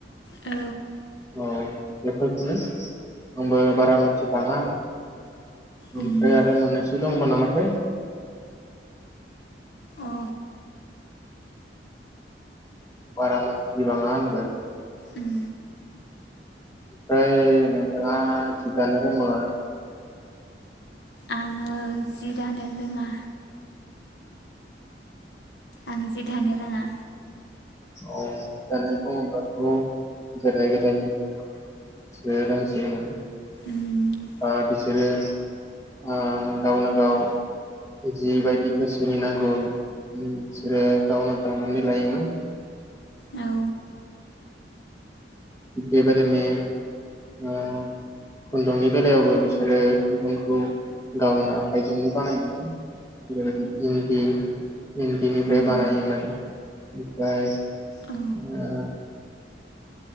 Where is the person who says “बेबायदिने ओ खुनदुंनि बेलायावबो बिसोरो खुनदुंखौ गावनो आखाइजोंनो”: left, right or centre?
Left